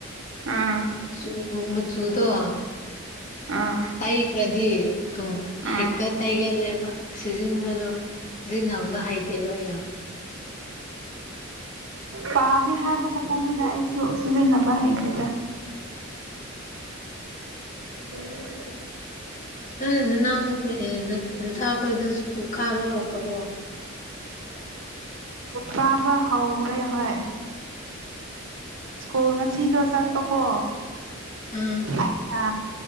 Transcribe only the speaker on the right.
ꯑꯥ
ꯑꯥ
ꯑꯥ
ꯄꯥ ꯍꯥꯏꯥꯏꯕ ꯀꯇꯗꯥꯏ ꯁꯣ ꯁꯖꯤꯅꯕ ꯍꯥꯏꯗꯦꯔ ꯎꯝ ꯎꯝ
ꯀꯥꯕ ꯍꯧꯔꯦ ꯍꯣꯏ ꯁ꯭ꯀꯨꯜ ꯉꯁꯤꯗꯣ ꯆꯠꯄꯀꯣ
ꯑꯩꯅ